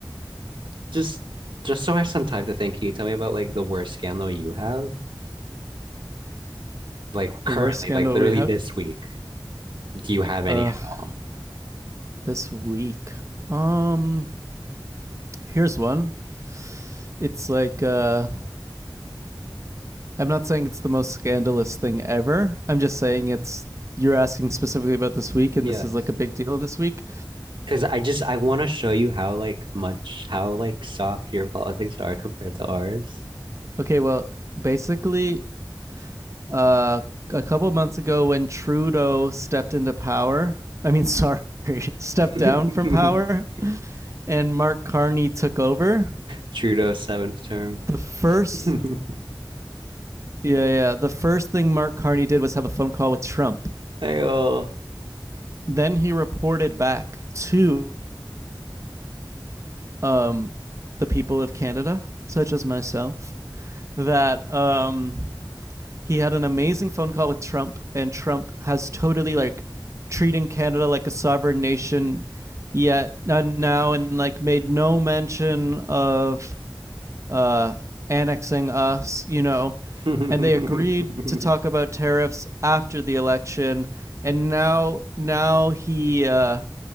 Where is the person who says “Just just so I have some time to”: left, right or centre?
Right